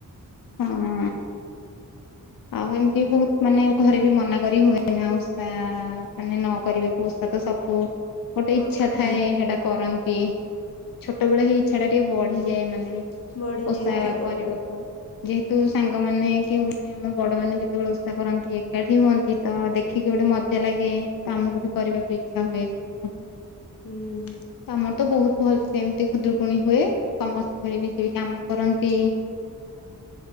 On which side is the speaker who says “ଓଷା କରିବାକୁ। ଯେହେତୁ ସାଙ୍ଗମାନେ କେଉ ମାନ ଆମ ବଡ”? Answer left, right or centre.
Left